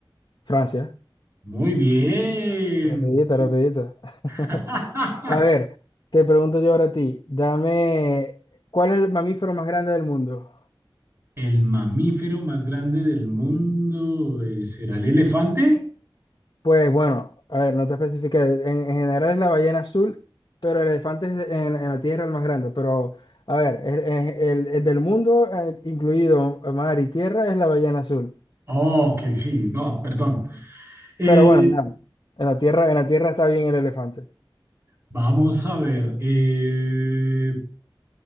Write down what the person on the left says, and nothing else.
Francia,
rapidito, rapidito. <laughs>
A ver, te pregunto yo ahora a ti, dame, ¿cuál es el mamífero más grande del mundo?
Pues bueno, a ver, no te especifiqué, en, en general es la ballena azul, pero el elefante es en, en la Tierra el más grande, pero a ver, el, el- el- el del mundo, eh, incluido mar y tierra, es la ballena azul.
Pero bueno, nada, en la Tierra, en la Tierra está bien el elefante.